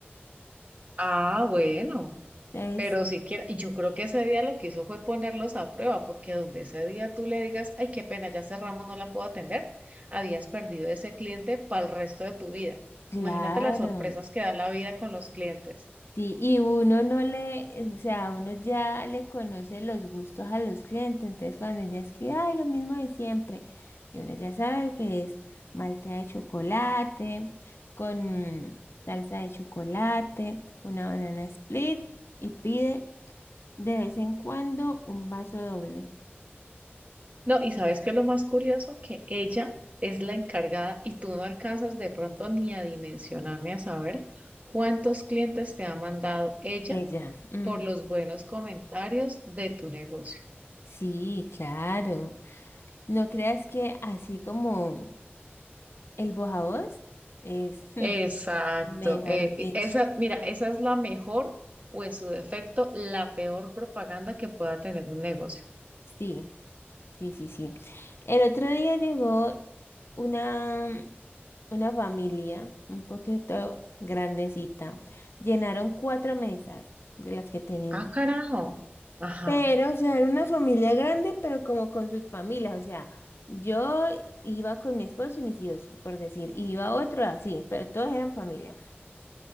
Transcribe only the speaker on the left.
Entonces,
claro.
Sí, y uno no le, o sea, uno ya le conoce los gustos a los clientes, entonces cuando ella escribe, ay, lo mismo de siempre, y uno ya sabe que es malteada de chocolate, con salsa de chocolate, una banana split, y pide de vez en cuando un vaso doble.
Ella, "Mm,
sí, claro. No creas que así como el bojavoz es, <laughs> mm,
mejor
dicho.
Sí, sí, sí, sí. El otro día llegó una, una familia un poquito grandecita. Llenaron cuatro mesas de las que tenemos.
Pero, o sea, era una familia grande, pero como con sus familias. O sea, yo iba con mi esposo y mis hijos, por decir, y iba otro así, pero todos eran familia.